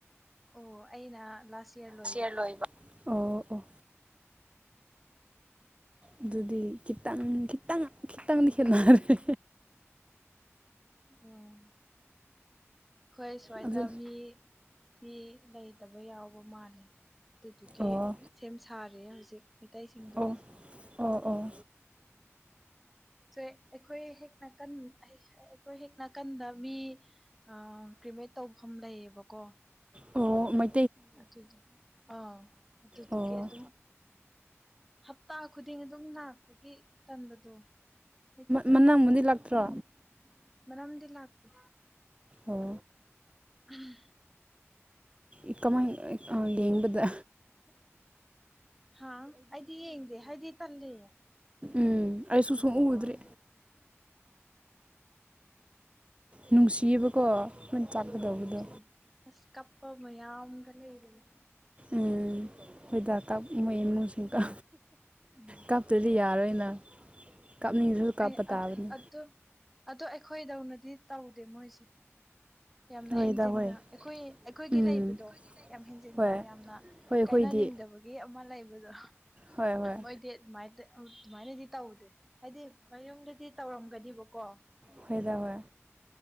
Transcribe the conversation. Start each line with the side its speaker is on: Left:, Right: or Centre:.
Centre: ꯑꯣ ꯑꯩꯅ ꯂꯥꯁ ꯌꯔ ꯂꯣꯏꯕ
Right: ꯁꯤ ꯂꯕ ꯑꯣ ꯑꯣ ꯑꯗꯨꯗꯤ ꯈꯤꯇꯪ ꯈꯤꯇꯪ ꯈꯤꯇꯪꯗꯤ ꯈꯦꯠꯅꯔꯦ
Centre: ꯎꯝ ꯍꯣꯏ ꯁ꯭ꯋꯥꯏꯗ
Right: ꯑꯗꯨ
Centre: ꯃꯤ ꯃꯤ ꯂꯩꯇꯕ ꯌꯥꯎꯕ ꯃꯥꯜꯂꯦ ꯑꯗꯨꯗꯨꯒꯤ
Right: ꯑꯣ
Centre: ꯁꯦꯝ ꯁꯥꯔ ꯦ ꯍꯧꯖꯤꯛ ꯃꯤꯇꯩꯇꯩꯁꯤꯡꯗꯣ
Right: ꯑꯣ ꯑꯣ ꯑꯣ
Centre: ꯁꯣ ꯑꯩꯈꯣꯏ ꯍꯦꯛ ꯅꯥꯀꯟ ꯑꯩꯈꯣꯏ ꯍꯦꯛ ꯅꯥꯀꯟꯗ ꯃꯤ ꯑ ꯀ꯭ꯔꯤꯃꯦꯠ ꯇꯧꯐꯝ ꯂꯩꯌꯦꯕꯀꯣ
Right: ꯑꯣ ꯃ
Centre: ꯑꯗꯨꯗ ꯑꯥ ꯑꯗꯨꯗꯨꯒꯤ
Right: ꯑꯣ
Centre: ꯑꯗꯨꯝ ꯍꯞꯇꯥ ꯈꯨꯗꯤꯡ ꯑꯗꯨꯝ ꯂꯥꯛꯄꯒꯤ ꯇꯟꯕꯗꯣ ꯍꯥꯏꯗꯤ
Right: ꯃꯅꯥꯛꯕꯨꯗꯤ ꯂꯥꯛꯇ꯭ꯔꯣ
Centre: ꯃꯅꯝꯗꯤ ꯂꯥꯛꯇ
Right: ꯑꯣ
Centre: ꯎꯝ
Right: ꯏ ꯀꯥꯃꯥꯏ ꯒꯦꯝꯕꯗ
Centre: ꯍꯥ ꯑꯩꯗꯤ ꯌꯦꯡꯗꯦ ꯍꯥꯏꯗꯤ ꯇꯜꯂꯤꯌꯦ
Right: ꯎꯝ ꯑꯩꯁꯨ ꯁꯨꯝꯎꯗ꯭ꯔꯦ ꯅꯨꯡꯁꯤꯌꯦꯕꯀꯣ ꯃꯣꯏꯅ ꯆꯥꯛꯀꯗꯧꯕꯗꯣ
Centre: ꯑ ꯁꯤ ꯑꯁ ꯀꯄ ꯃꯌꯥꯝꯒ ꯂꯩ
Right: ꯎꯝ ꯍꯣꯏꯗ ꯀꯞ ꯃꯣꯏ ꯏꯃꯨꯡꯁꯤꯡ ꯀ
Centre: ꯎꯝ
Right: ꯀꯞꯇꯗꯤ ꯌꯥꯔꯣꯏꯅ ꯀꯥꯞꯅꯤꯡꯗ꯭ꯔꯁꯨ
Centre: ꯎꯝ
Right: ꯀꯥꯞꯄ
Centre: ꯑꯩ
Right: ꯇꯥꯕꯅꯤ
Centre: ꯑꯗꯨ ꯑꯗꯨ ꯑꯩꯈꯣꯏꯗꯧꯅꯗꯤ ꯇꯧꯗꯦ ꯃꯣꯏꯁꯦ ꯌꯥꯝꯅ
Right: ꯍꯣꯏꯗ
Centre: ꯍꯦꯟꯖꯤꯟꯅ
Right: ꯍꯣꯏ
Centre: ꯑꯩꯈꯣꯏ ꯑꯩꯈꯣꯏꯒꯤ
Right: ꯎꯝ
Centre: ꯂꯩꯕꯗꯣ ꯌꯥꯝ ꯍꯦꯟꯖꯤꯟꯅ
Right: ꯍꯣꯏ
Centre: ꯌꯥꯝꯅ
Right: ꯍꯣꯏ ꯑꯩꯈꯣꯏꯗꯤ
Centre: ꯀꯥꯏꯅꯅꯤꯡꯉ ꯅꯤꯡꯗꯕꯒꯤ ꯑꯃ ꯂꯩꯕꯗꯣ
Right: ꯍꯣꯏ ꯍꯣꯏ
Centre: ꯃꯣꯏꯗꯤ ꯑꯗꯨꯃꯥꯏ ꯑꯗꯨꯃꯥꯏꯅꯗꯤ ꯇꯧꯗꯦ ꯍꯥꯏꯗꯤ ꯃꯌꯨꯝꯗꯗꯤ ꯇꯧꯔꯝꯒꯅꯤꯕꯀꯣ
Right: ꯐꯥꯏꯗ ꯑꯣꯏ